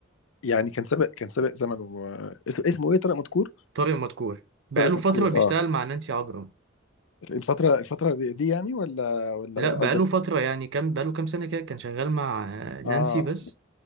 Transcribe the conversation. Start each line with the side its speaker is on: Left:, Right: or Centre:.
Left: يعني كان سابق كان سابق زمنه آه، اسمه اسمه ايه طارق مدكور
Right: طارق مدكور بقاله
Left: طارق
Right: فترة
Left: مدكور
Right: بيشتغل
Left: اه
Right: مع نانسي عجرم
Left: الفترة الفترة دي, دي يعني ولا ولا
Right: لا
Left: ولا
Right: بقاله
Left: قصدك
Right: فترة يعني كام بقاله كام سنة كده كان شغال مع آه، نانسي
Left: اه
Right: بس